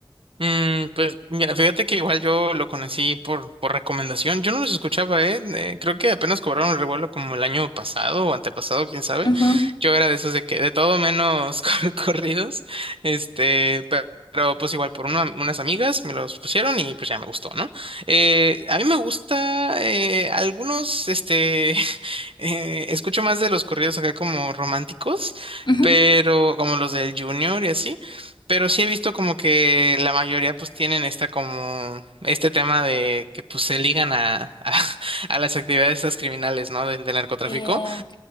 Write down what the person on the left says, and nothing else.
Ujú,
ujú.
Eh,